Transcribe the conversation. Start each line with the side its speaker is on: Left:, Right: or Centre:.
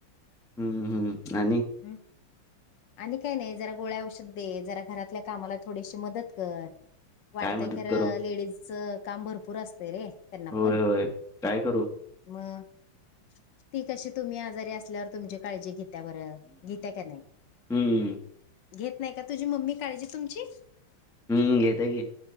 Centre: हम्म हम्म.. आणि
Left: हं, आणि काही नाही जरा गोळ्या औषध दे जरा घरातल्या कामाला थोडीशी मदत कर वाटतय
Centre: काय मदत
Left: खरं
Centre: करू?
Left: लेडीजच काम भरपूर असतय रे त्यांना
Centre: होय,
Left: पण
Centre: होय. काय करू?
Left: मग ती कशी तुम्ही आजारी असल्यावर तुमची काळजी घेते त्या बरं.. घेतीया का नाही
Centre: हम्म
Left: घेत नाही का तुझी मम्मी काळजी तुमची
Centre: हम्म.. घेतीया की